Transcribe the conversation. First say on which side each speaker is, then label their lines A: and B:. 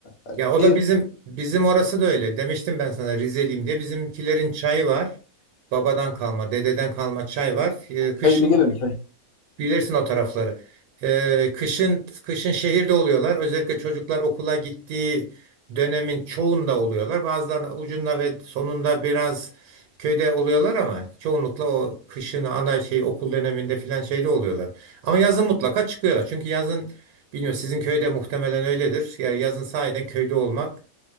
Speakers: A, on the left (about 75°); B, on the right (about 80°).
A: Yani
B: Ya o
A: bir
B: da bizim bizim orası da öyle. Demiştim ben sana Rizeliyim diye. Bizimkilerin çayı var. Babadan kalma, dededen kalma çay var. E, Kışın
A: kaybederim.
B: Bilirsin o tarafları. Ee, kışın kışın şehirde oluyorlar. Özellikle çocuklar okula gittiği dönemin çoğunda oluyorlar. Bazılarının ucunda ve sonunda biraz köyde oluyorlar ama çoğunlukla o kışın ana şey okul döneminde filan şeyde oluyorlar. Ama yazın mutlaka çıkıyorlar. Çünkü yazın bilmiyorum sizin köyde muhtemelen öyledir. Ya yazın sahiden köyde olmak